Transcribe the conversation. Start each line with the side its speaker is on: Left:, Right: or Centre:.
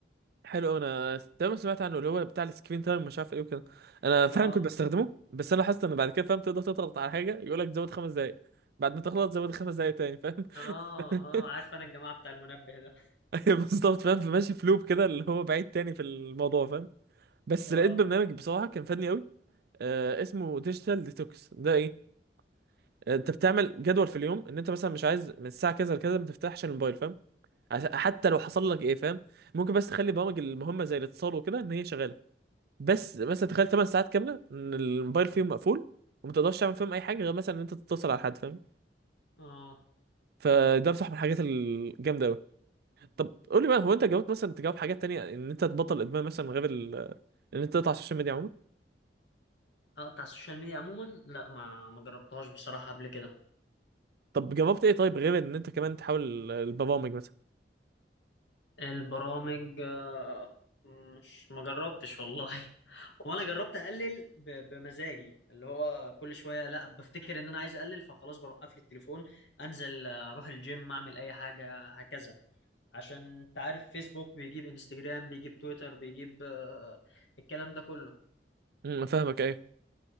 Right: حلو انا دايما سمعت عنه اللي هو بتاع السكرين تايم مش عارف ايه وكده انا فعلا
Left: اه
Right: كنت بستخدمه بس انا حاسس ان بعد كده فاهم تقدر تضغط على حاجه يقول لك زود خمس دقائق بعد ما تغلط زود خمس دقائق تاني فاهم
Left: اه
Right: <laughs>
Left: اه عارف انا الجماعة بتاع المنبه ده
Right: ايوه بالظبط فاهم فماشي في لوب كده اللي هو بعيد تاني في الموضوع فاهم بس
Left: اه
Right: لقيت برنامج بصراحه كان فادني قوي آه اسمه ديجيتال ديتوكس ده ايه آه، انت بتعمل جدول في اليوم ان انت مثلا مش عايز من الساعه كذا لكذا ما تفتحش الموبايل فاهم عشان- حتى لو حصل لك ايه فاهم ممكن بس تخلي برامج المهمه زي الاتصال وكده ان هي شغاله بس مثلا تخيل 8 ساعات كامله ان الموبايل فيهم مقفول وما تقدرش تعمل فيهم اي حاجه غير مثلا ان انت تتصل على حد فاهم
Left: اه
Right: فده بصح من الحاجات الجامده قوي طب قول لي بقى هو انت جربت مثلا تجاوب حاجات تانية ان انت تبطل ادمان مثلا غير ال... ان انت تقطع السوشيال ميديا عموما
Left: اقطع السوشيال ميديا عموما لا ما ما جربتهاش بصراحة قبل كده
Right: طب جربت ايه طيب غير ان انت كمان تحاول البرامج مثلا
Left: البرامج آه، مش ما جربتش والله <laughs> وانا جربت اقلل ب- بمزاجي اللي هو كل شويه لا بفتكر ان انا عايز اقلل فخلاص بروح قافل التليفون انزل آه، اروح الجيم اعمل اي حاجه هكذا عشان انت عارف فيسبوك بيجيب انستجرام بيجيب تويتر بيجيب آه، الكلام ده كله
Right: امم فاهمك ايه